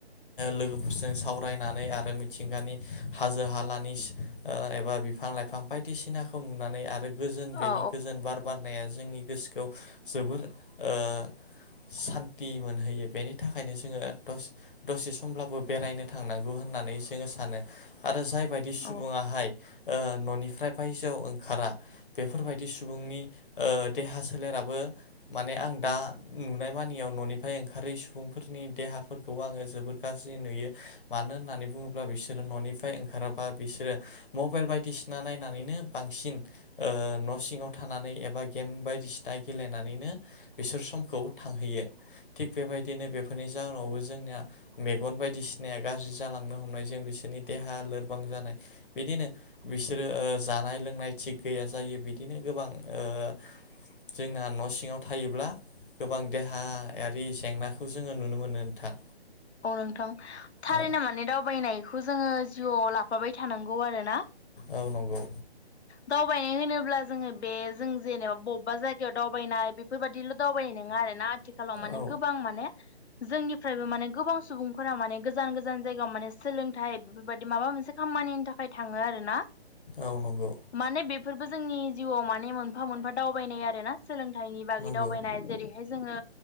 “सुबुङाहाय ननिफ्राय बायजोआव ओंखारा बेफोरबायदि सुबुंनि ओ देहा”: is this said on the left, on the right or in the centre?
Left